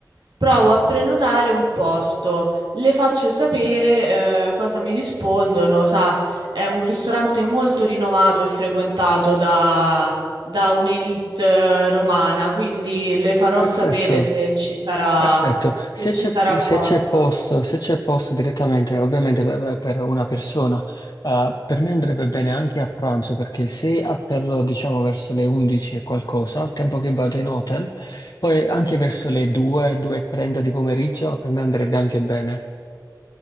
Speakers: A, on the right; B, on the left.
A: provo a prenotare un posto, le faccio sapere eh, cosa mi rispondono. Sa, è un ristorante molto rinomato e frequentato da, da un'elite eh, romana, quindi le farò
B: perfetto,
A: sapere se ci sarà
B: perfetto. Se
A: se ci
B: c'è
A: sarà
B: se
A: posto.
B: c'è posto, se c'è posto direttamente, ovviamente per, per una persona, eh, per me andrebbe bene anche a pranzo, perché se atterrò, diciamo, verso le 11 e qualcosa, al tempo che vado in hotel, poi anche verso le 2, 2.30 di pomeriggio, per me andrebbe anche bene.